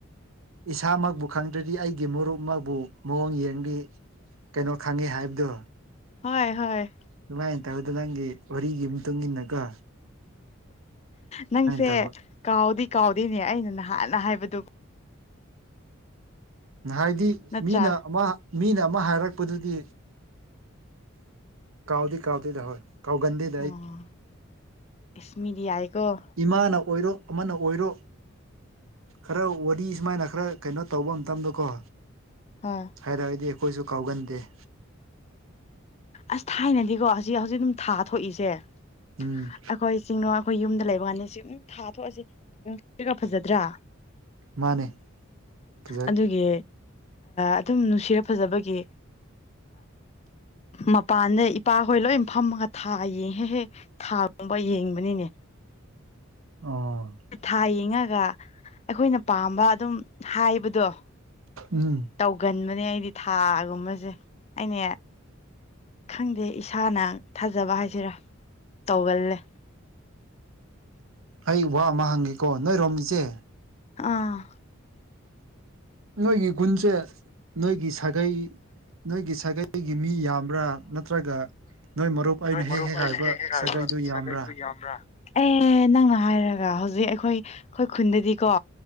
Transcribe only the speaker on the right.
ꯏꯁꯥꯃꯛꯕꯨ ꯈꯪꯗ꯭ꯔꯗꯤ ꯑꯩꯒꯤ ꯃꯔꯨꯞꯃꯛꯕꯨ ꯃꯑꯣꯡ ꯌꯦꯡꯂꯤ ꯀꯩꯅꯣ ꯈꯪꯉꯤ ꯍꯥꯏꯕꯗꯣ
ꯑꯗꯨꯃꯥꯏꯅ ꯇꯧꯔꯗꯣ ꯅꯪꯒꯤ ꯋꯥꯔꯤꯒꯤ ꯃꯇꯨꯡ ꯏꯟꯅ ꯀꯣ
ꯇꯧꯕ
ꯍꯥꯏꯗꯤ
ꯃꯤꯅ ꯑꯃ ꯃꯤꯅ ꯑꯃ ꯍꯥꯏꯔꯛꯄꯗꯨꯗꯤ ꯀꯥꯎꯗꯤ ꯀꯥꯥꯎꯗꯤꯗ ꯍꯣꯏ ꯀꯥꯎꯒꯟꯗꯗꯤ
ꯏꯃꯥꯅ ꯑꯣꯏꯔꯣ ꯑꯃꯅ ꯑꯣꯏꯔꯣ ꯈꯔ ꯋꯥꯔꯤ ꯁꯨꯃꯥꯏꯅ ꯈꯔ ꯀꯩꯅꯣ ꯇꯧꯕ ꯃꯇꯝꯗꯀꯣ
ꯍꯥꯏꯔꯒꯗꯤ ꯑꯩꯈꯣꯏꯁꯨ ꯀꯥꯎꯒꯟꯗꯦ
ꯎꯝ
ꯃꯥꯅꯦ ꯐꯖꯩ
ꯑꯣ
ꯎꯝ
ꯑꯩ ꯋꯥ ꯑꯃ ꯍꯪꯒ‌ꯦꯀꯣ ꯅꯣꯏ ꯔꯣꯝꯃꯤꯆꯦ
ꯅꯣꯏꯒꯤ ꯒꯨꯟꯁꯦ ꯅꯣꯏꯒꯤ ꯁꯥꯒꯩ ꯅꯣꯏꯒꯤ ꯁꯥꯒꯩꯒꯤ ꯃꯤ ꯌꯥꯝꯕ꯭ꯔꯥ ꯅꯠꯇ꯭ꯔꯒ ꯅꯣꯏ ꯃꯔꯨꯞ ꯑꯩꯅ
ꯍꯦꯛ
ꯍꯥꯏꯕ
ꯁꯥꯒꯩꯗꯨ ꯌꯥꯝꯕ꯭ꯔꯥ